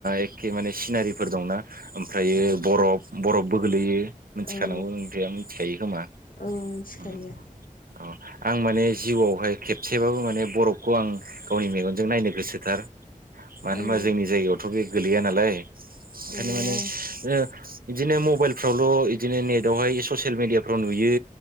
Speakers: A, on the right; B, on the left.
A: एखे माने सि नारिफोर दंना ओमफ्रायो
B: औ
A: बरफ बरफबो गोलैयो मिथिखानांगौ
B: औ
A: गैया मिथिखायो खोमा?
B: औ मिथिखायो
A: उम औ आं माने जिउआवहाय खेबसेबाबो माने बरफखौ आं गावनि मेगनजों नायनो गोसोथार। मानो
B: औ
A: होमबा जोंनि जायगायावथ' बे गोलैया नालाय ओंखायनो
B: गैया
A: माने ओ बिदिनो मबाइलफ्रावल' इदिनो नेटवहाय ससियेल मिडियाफ्राव नुयो।